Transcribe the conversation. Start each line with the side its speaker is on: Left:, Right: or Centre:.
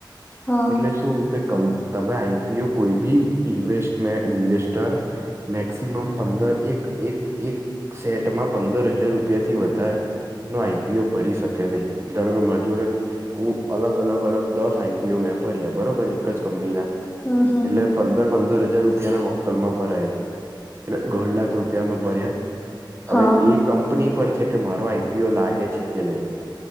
Left: હા
Right: એટલે શું કે તમે આઈપીઓ કોઈ બી ઇન્મે ઇન્વેસ્ટર મેક્સિમમ પંદર એક એક એક સેટમાં પંદર હજાર રૂપિયાથી વધાર નો આઈપી ઓ ભરી શકે નહી ધારો કે મરી જોડે હું અલગ અલગ અલગ દસ આઈપી ઓ મે ભર્યા બરોબર એક જ કંપનીના
Left: હમ હમ
Right: એટલે પંદર પંદર હજાર રૂપિયા ના વક્કલમાં ભરાય એટલે દોઢ લાખ રૂપિયા મે ભર્યા
Left: હા
Right: હવે એ કંપની પરથી કે મારો આઈપીઓ લાગે છે કે નહીં